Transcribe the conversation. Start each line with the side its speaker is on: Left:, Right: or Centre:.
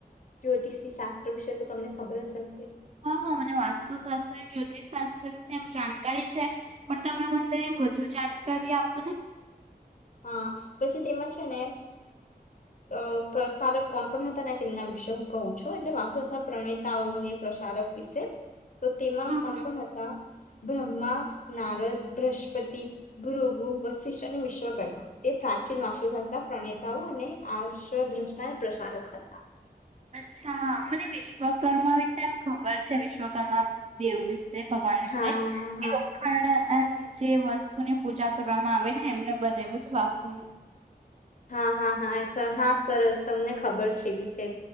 Left: જ્યોતિષી શાસ્ત્ર વિશે તો તમને ખબર જ હશે
Right: હા હા મને વાસ્તુશાસ્ત્ર જ્યોતિષશાસ્ત્ર વિશે એમ જાણકારી છે, પણ તમે મને વધુ જાણકારી આપોને.
Left: હા, પછી તેમાં છે ને અ પ્રસારક કોણ કોણ હતા ને તેમના વિશે હું કવું છું એટલે વાસ પ્રણેતાઓને પ્રસારક વિશે. તો તેમાં
Right: હા
Left: કોણ કો હતા. અ્મા નારદ, બ્રહસ્પતિ ભૃગુ વશિષ્ અને વિશ્વ કર્મ, તે પ્રાચીન વાસ્તુશાસ્ત્ર પ્રણેતાઓ અને આ દ્રષ્ટાને પ્રસારક હતા.
Right: અચ્છા મને વિશ્વકર્મા વિશે એમ ખબર છે વિશ્વકર્મા દેવ વિશે. ભગવાન વિશે,
Left: હા હા
Right: એ લોંણ એમ જે વસ્તુની પૂજા કરવામાં આવે ને એમને બનાવ્યું છે વાસ્તુ
Left: હા હા હા સર હા સરસ તમને ખબર છે વિશે